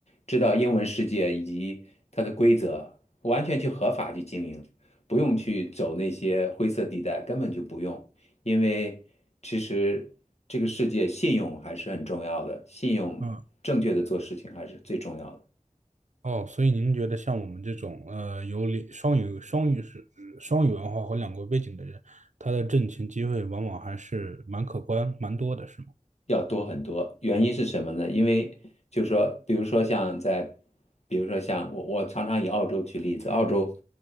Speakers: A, on the left; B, on the right.
A: 知道英文世界以及它的规则，完全去合法去经营，不用去走那些灰色地带，根本就不用，因为其实这个世界信用还是很重要的，信用正确的做事情还是最重要的。
B: 嗯，哦，所以您觉得像我们这种呃有两双语双语是双语文化和两国背景的人，他的挣钱机会往往还是蛮可观、蛮多的，是吗？
A: 要多很多。原因是什么呢？因为就是说，比如说像在，比如说像我，我常常以澳洲举例子，澳洲，